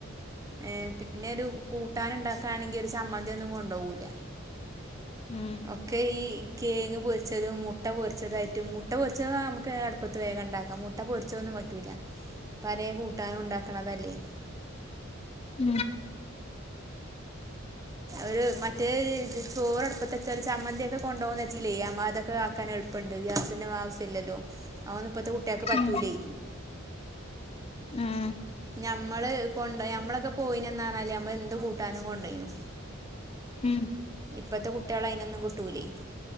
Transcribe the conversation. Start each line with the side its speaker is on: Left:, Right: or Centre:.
Right: ഏ പിന്നെ ഒരു കൂട്ടാനണ്ടാക്കാണെങ്കിൽ ഒരു ചമ്മന്തീം ഒന്നും കൊണ്ടോകൂല്ല.
Left: ഉം
Right: ഒക്കെ ഈ കേങ്ങ് പൊരിച്ചതും മുട്ട പൊരിച്ചതായിട്ടും മുട്ട പൊരിച്ചത് നമുക്ക് അടുപ്പത്ത് വേഗം ണ്ടാക്കാം. മുട്ട പൊരിച്ചതൊന്നും പറ്റൂല പലേ കൂട്ടാനും ണ്ടാക്ക്ണതല്ലേ.
Left: ഉം
Right: ഒരു മറ്റേ ചോറടുപ്പത്തെ ചാല് ചമ്മന്തിക്കെ കൊണ്ടോന്ന് ച്ചാല് അമ്മ അതൊക്കെ ആക്കാൻ എളുപ്പണ്ട് ഗ്യാസിന്റെ ആവശ്യംല്ലല്ലോ അഒന്നും ഇപ്പത്തെ കുട്ട്യാക്ക് പറ്റൂല്ലേ
Left: ഉം ഉം
Right: ഞമ്മള് കൊണ്ട ഞമ്മളൊക്കെ പോയിനന്ന് പറഞ്ഞല് നമ്മള് എന്ത് കൂട്ടാനും കൊണ്ടോയിനു
Left: ഉം
Right: ഇപ്പത്തെ കുട്ട്യാള് അയിനൊന്നും കിട്ടൂല്ലേ